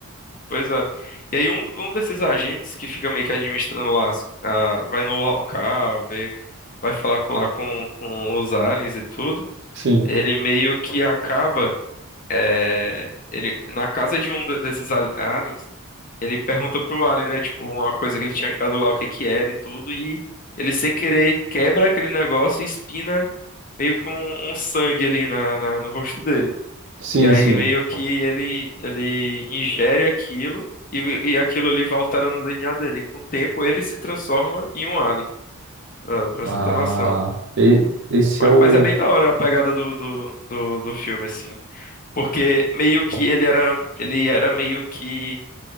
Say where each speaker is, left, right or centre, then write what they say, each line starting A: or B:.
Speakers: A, on the left (about 35°); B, on the right (about 55°).
A: pois é. E aí um, um desses agentes que fica meio que administrando lá, as- a- vai no local, vê, vai falar com, lá com, com os aliens e tudo,
B: Sim,
A: ele meio que acaba É, ele, na casa de um de- desses ali- aliens, ele pergunta pro alien, né? Tipo, uma coisa que ele tinha achado lá, o que que era e tudo, e ele sem querer quebra aquele negócio e espina meio que um, um sangue ali na, na- no rosto dele.
B: sim,
A: E aí
B: sim.
A: meio que ele, ele ingere aquilo e, e aquilo ali vai alterando no DNA dele. Com o tempo ele se transforma em um alien, ah, pra
B: Ah,
A: você ter noção.
B: e- esse
A: Mas,
B: é o.
A: mas é bem da hora a pegada do, do, do, do filme, assim. Porque meio que ele era, ele era meio que